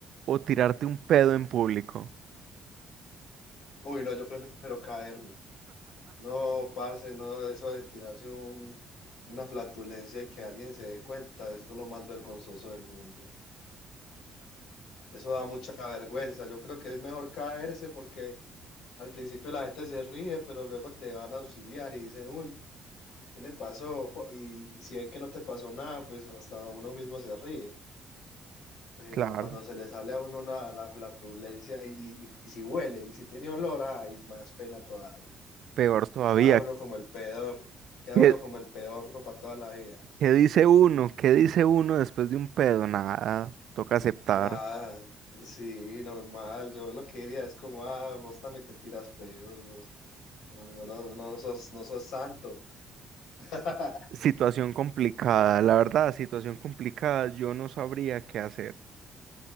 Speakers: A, on the right (about 65°); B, on the left (about 80°).
A: o tirarte un pedo en público?
B: Uy, no, yo prefiero caerme. No, parce, no, eso de tirarse un, una flatulencia y que alguien se dé cuenta, eso es lo más vergonzoso del mundo. Eso da mucha vergüenza. Yo creo que es mejor caerse porque al principio la gente se ríe, pero luego te van a auxiliar y dicen, uy. ¿Qué le pasó? Jo- Y si ven que no te pasó nada, pues hasta uno mismo se ríe. Pero
A: Claro,
B: cuando se le sale a uno una- la flatulencia y, y- y si huele y si tiene olor, hay más pena todavía.
A: peor todavía.
B: Queda uno como el peor, queda
A: ¿Qué,
B: uno como el peor para toda la vida.
A: qué dice uno? ¿Qué dice uno después de un pedo? Nada, toca aceptar.
B: Nada, sí, normal. Yo lo que diría es como, ah, vos también te tiras pedos, vos. No, no, no sos, no sos santo. <laughs>
A: Situación complicada, la verdad, situación complicada, yo no sabría qué hacer.